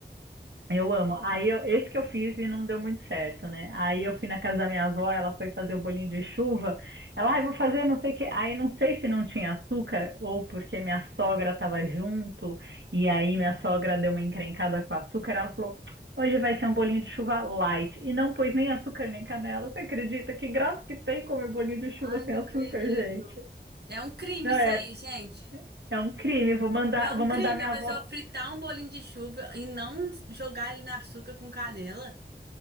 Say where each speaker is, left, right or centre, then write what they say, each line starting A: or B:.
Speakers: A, on the right; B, on the right.
A: Eu amo. Aí eu, esse que eu fiz e não deu muito certo, né? Aí eu fui na casa da minha avó, ela foi fazer o bolinho de chuva. Ela, ah, eu vou fazer não sei o quê. Aí não sei se não tinha açúcar ou porque minha sogra estava junto e aí minha sogra deu uma encrencada com o açúcar. Ela falou, hoje vai ser um bolinho de chuva light. E não pôs nem açúcar nem canela. Você acredita? Que graça que tem comer bolinho de chuva
B: Ai, não
A: sem açúcar,
B: acredito.
A: gente.
B: É um crime
A: Não
B: isso
A: é,
B: aí, gente.
A: é um crime. Vou mandar,
B: É um
A: vou mandar
B: crime
A: minha
B: a pessoa
A: avó
B: fritar um bolinho de chuva e não jogar ele no açúcar com canela.